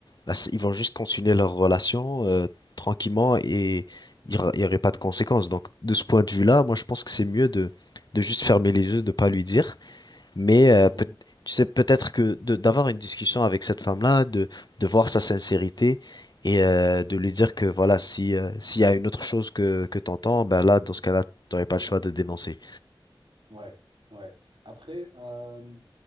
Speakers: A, on the left (about 50°); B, on the right (about 70°).
A: bah, c- ils vont juste continuer leur relation euh, tranquillement et il n'y aura il y aurait pas de conséquences. Donc, de ce point de vue-là, moi, je pense que c'est mieux de, de juste fermer les yeux, de pas lui dire. Mais euh,
B: Mhm.
A: peut- tu sais, peut-être que de- d'avoir une discussion avec cette femme-là, de, de voir sa sincérité et euh, de lui dire que voilà, si, euh, s'il y a une autre chose que, que t'entends, ben là, dans ce cas-là, t'aurais pas le choix de dénoncer.
B: Ouais, ouais. Après, euh,